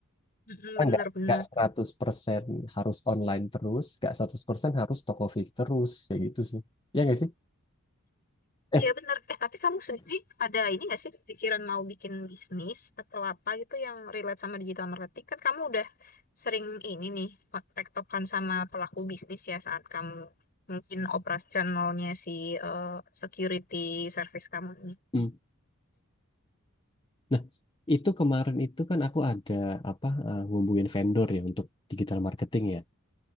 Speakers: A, on the left; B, on the left.
A: Mm-mm,
B: Kita
A: Bener-bener.
B: Nggak, nggak 100% harus online terus, nggak 100% harus toko fisik terus. Ya gitu sih. Ya nggak sih? Eh,
A: Iya benar. Eh tapi kamu sendiri ada ini nggak sih pikiran mau bikin bisnis atau apa gitu yang relate sama digital marketing? Kan kamu udah sering ini nih pak- tektokan sama pelaku bisnis ya saat kamu mungkin operasionalnya si eh, security service kamu ini.
B: Hmm. Nah, itu kemarin itu kan aku ada apa eh, ngubungin vendor ya untuk digital marketing ya.